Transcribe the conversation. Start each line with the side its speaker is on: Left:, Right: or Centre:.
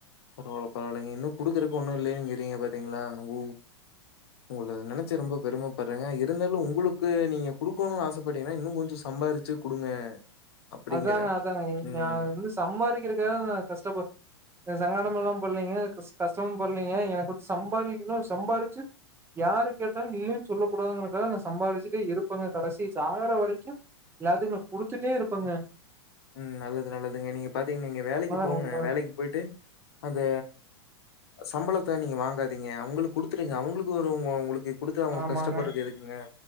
Left: பரவால்ல பரவால்லைங்க இன்னும் குடுக்குறக்கு ஒன்னும் இல்லையேங்கிறீங்க பாத்தீங்களா உங்க உங்கல நெனைச்சு ரொம்ப பெருமைப்பட்றேங்க இருந்தாலும் உங்களுக்கு நீங்க குடுக்கணுனு ஆசைப்பட்டீங்கன்னா இன்னும் கொஞ்சம் சம்பாறுச்சு குடுங்க அப்படிங்கிறேன்.
Right: அதாங்க அதாங்க
Left: ம்
Right: நான் வந்து சம்பாதிக்கிறதுக்காக் நா கஷ்டப்படு நா சங்கடம் எல்லாம் பட்லீங்க கஷ்டமும் பட்லீங்க எனக்கு வந்து சம்பார்க்கனு சம்பாரிச்சு யாரு கேட்டாலும் இல்லன்னனு சொல்ல கூடாதுங்கறதுக்காக நா சம்பாரிசிட்டு இருப்பங்க கடைசி சாகுற வரைக்கும் எல்லாத்துக்கு நா குடுத்துட்டே இருப் பங்க
Left: உம் நல்லது நல்லதுங்க, நீங்க பாத்தீங்கன் வைங்க வேலைக்கு
Right: உண்மைதான்,
Left: போங்க
Right: உண்மைதான்.
Left: வேலைக்கு போய்ட்டு அந்த சம்பளத்த நீங்க வாங்காதீங்க, அவுங்களுக்கு குடுத்துடுங்க அவுங்களுக்கு ஒரு உ உங்களுக்கு குடுத்து அவுங்க
Right: ஆமாங்க
Left: கஷ்டப்பட்றது எதுக்குங்க